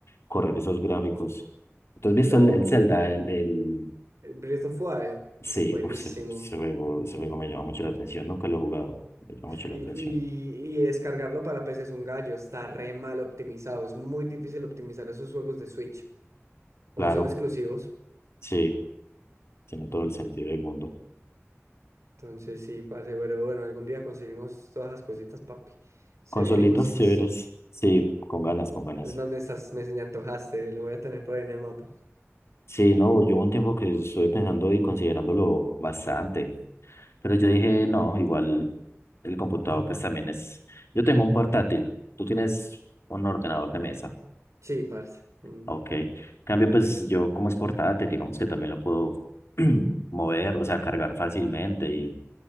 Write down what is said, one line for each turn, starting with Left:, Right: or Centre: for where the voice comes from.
Left: correr esos gráficos? ¿Tú has visto
Right: No,
Left: el, el Zelda? El, el...
Right: Breath of Wild,
Left: Sí,
Right: buenísimo.
Left: uf, ese, ese juego, ese juego me llama mucho la atención. Nunca lo he jugado, me llama mucho
Right: Y,
Left: la atención.
Right: y- y descargarlo para PC es un gallo, está re mal optimizado, es muy difícil optimizar esos juegos de Switch, como
Left: Claro,
Right: son exclusivos.
Left: sí, tiene todo el sentido del mundo.
Right: Entonces sí, parce, pero bueno, algún día conseguimos todas las cositas, papi. Se
Left: Consolitas
Right: vienen cositas.
Left: chéveres, sí, con ganas, con ganas.
Right: Es más, me estás, me se- me antojaste, lo voy a tener por ahí en el mapa.
Left: Sí, no, yo hubo un tiempo que estuve pensando y considerándolo bastante, pero yo dije, no, igual el computador pues también es, yo tengo un portátil, tú tienes un ordenador de mesa,
Right: Sí, parce. Mm.
Left: ok, en cambio pues yo como es portátil, digamos que también lo puedo <clears throat> mover, o sea, cargar fácilmente y,